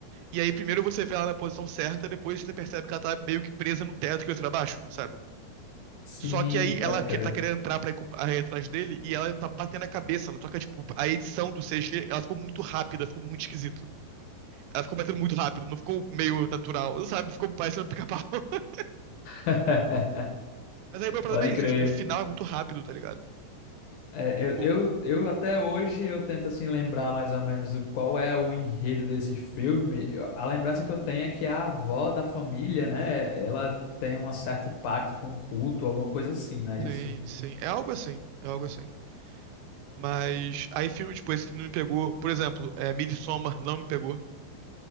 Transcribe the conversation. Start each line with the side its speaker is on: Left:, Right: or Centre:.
Right: E aí primeiro você vê ela na posição certa, depois você percebe que ela tá meio que presa no teto que vai pra baixo, sabe?
Left: Sim,
Right: Só que aí
Left: pode
Right: ela
Left: crer.
Right: que- tá querendo entrar pra ir com- aí atrás dele e ela tá batendo a cabeça, né? Só que, tipo, a edição do CG, ela ficou muito rápida, ficou muito esquisito. Ela ficou batendo muito rápido, não ficou meio natural, sabe? Ficou parecendo pica-pau. <laughs>
Left: <laughs>
Right: Mas aí o meu problema
Left: Pode
Right: é isso,
Left: crer.
Right: é, tipo, o final é muito rápido, tá ligado?
Left: É,
Right: Tipo,
Left: eu, eu, eu até hoje eu tento assim lembrar mais ou menos do qual é o enredo desse filme. Eu- A lembrança que eu tenho é que a avó da família, né, ela tem um certo pacto com o culto, alguma coisa assim, não é
Right: sim,
Left: isso?
Right: sim. É algo assim, é algo assim. Mas aí filme, tipo, esse filme me pegou, por exemplo, é, Midsommar não me pegou.